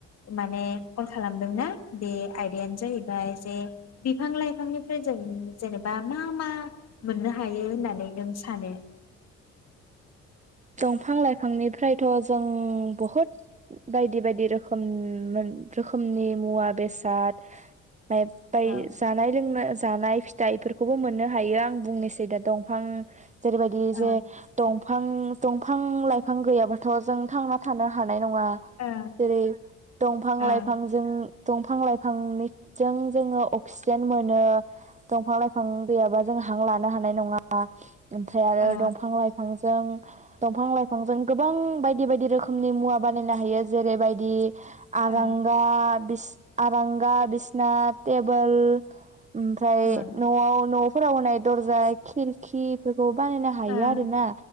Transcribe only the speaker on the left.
माने कल खालामदोंना बे आयदायानो जाहैबाय जे बिफां लाइफांनिफ्राय जों जेनेबा मा मा मोननो हायो होननानै नों सानो?
औ
ओ
ओ
ओ
ओ
ओ
ओं
ओं